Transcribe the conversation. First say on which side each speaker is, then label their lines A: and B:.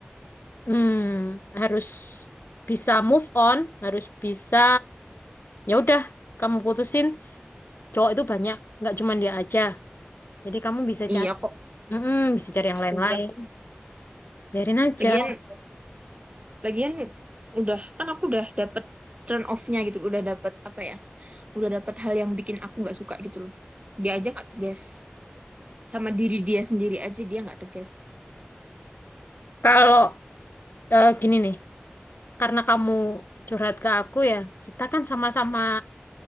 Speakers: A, on the left (about 60°); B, on the right (about 35°).
A: hmm, harus bisa move on, harus bisa, ya udah, kamu putusin cowok itu banyak, nggak cuma dia aja. Jadi kamu bisa
B: Iya
A: cari,
B: kok,
A: mm bisa cari yang lain-lain
B: udah.
A: biarin aja
B: Lagian, lagian udah kan aku udah dapet turn off-nya gitu, udah dapet apa ya? Udah dapet hal yang bikin aku nggak suka gitu loh. Dia aja nggak tegas sama diri dia sendiri aja dia nggak tegas.
A: Kalau eh, gini nih, karena kamu curhat ke aku ya, kita kan sama-sama